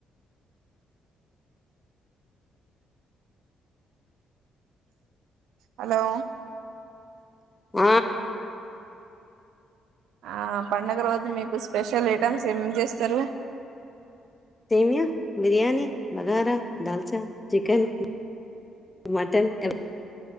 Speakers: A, on the right; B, on the left.
A: హలో
B: ఊ
A: ఆ పండుగ రోజు మీకు స్పెషల్ ఐటమ్స్ ఏమేమ్ చేస్తారు
B: సేమ్యా బిర్యానీ బగారా దాల్చా చికెన్ మటన్